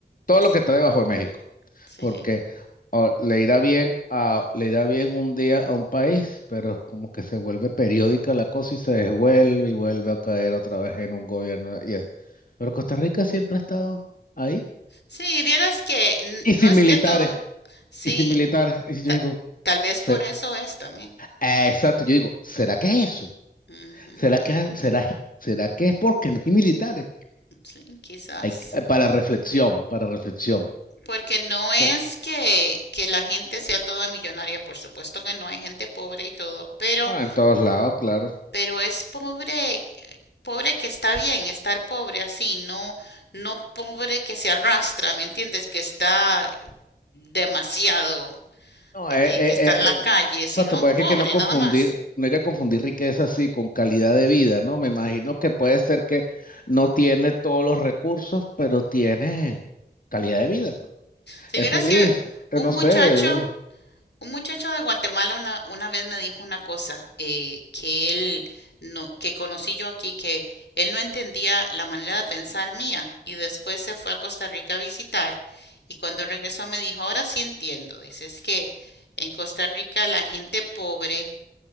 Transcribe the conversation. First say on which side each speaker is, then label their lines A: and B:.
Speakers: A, on the left; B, on the left.
A: todo lo
B: Sí,
A: que está debajo de México
B: sí.
A: porque ah, le irá bien a, le irá bien un día a un país, pero es como que se vuelve periódica la cosa y se desvuelve y vuelve a caer otra vez en un gobierno. y es- Pero Costa Rica siempre ha estado ahí.
B: Sí, vieras que n-
A: Y
B: no
A: sin
B: es
A: militares,
B: que todo, sí,
A: y sin militares. Y si yo
B: ta-
A: digo,
B: tal vez
A: ser,
B: por eso es también.
A: eh, exacto, yo digo, ¿será que es eso?
B: Ujú,
A: ¿Será que, será, será que es porque no hay militares?
B: Sí, quizás.
A: Hay, que- para reflexión, para reflexión.
B: Porque no es
A: Bien.
B: que, que la gente sea toda millonaria, por supuesto que no, hay gente pobre y todo, pero,
A: Ah, en todos lados, claro.
B: pero es pobre, pobre que está bien estar pobre así, no, no pobre que se arrastra, ¿me entiendes? Que está demasiado,
A: No,
B: eh,
A: eh,
B: que,
A: eh, eh,
B: que está en la
A: eh,
B: calle, sino
A: exacto, pues es
B: pobre
A: que, que no confundir,
B: nada más.
A: no hay que confundir riqueza así con calidad de vida, ¿no? Me imagino que puede ser que no tiene todos los recursos, pero tiene calidad de vida, pues.
B: Si
A: Es
B: vieras
A: feliz,
B: que un
A: eh, no
B: muchacho
A: sé, eh,
B: Un muchacho de Guatemala una, una vez me dijo una cosa eh, que él no, que conocí yo aquí, que él no entendía la manera de pensar mía y después se fue a Costa Rica a visitar y cuando regresó me dijo, ahora sí entiendo, dice, es que en Costa Rica la gente pobre